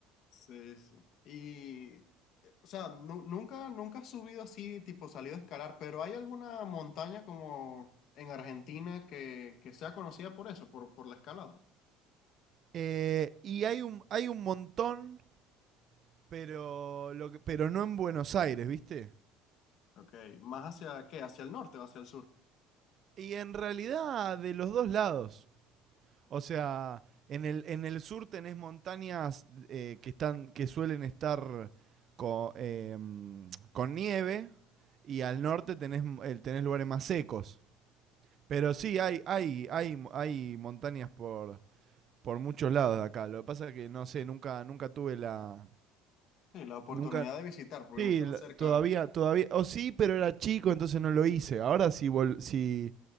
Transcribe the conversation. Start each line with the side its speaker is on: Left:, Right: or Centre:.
Left: Sí, sí. Y, eh, o sea, nu- nunca, nunca has subido así, tipo salido a escalar, pero ¿hay alguna montaña como en Argentina que, que sea conocida por eso, por, por la escalada?
Right: Eh, y hay un, hay un montón, pero, lo que- pero no en Buenos Aires, ¿viste?
Left: Ok, ¿más hacia qué? ¿Hacia el norte o hacia el sur?
Right: Y en realidad de los dos lados. O sea, en el, en el sur tenés montañas eh, que, están, que suelen estar con eh, mm, con, nieve y al norte tenés, m- eh, tenés lugares más secos. Pero sí, hay, hay, hay, hay montañas por, por muchos lados de acá. Lo que pasa es que no sé, nunca, nunca tuve la...
Left: Sí, la oportunidad
Right: Nunca...
Left: de visitar, porque
Right: Sí,
Left: no están
Right: la-
Left: cerca.
Right: todavía, todavía... O sí, pero era chico, entonces no lo hice. Ahora si, vol- si,